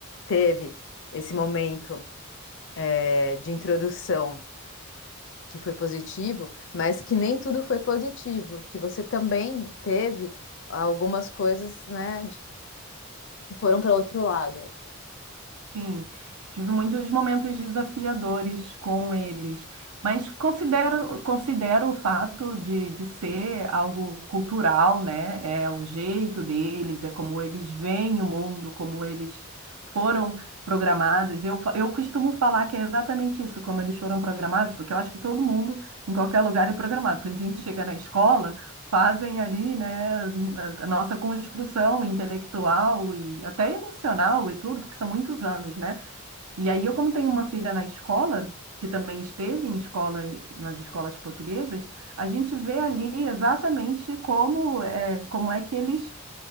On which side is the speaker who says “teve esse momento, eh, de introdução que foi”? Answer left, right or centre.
Left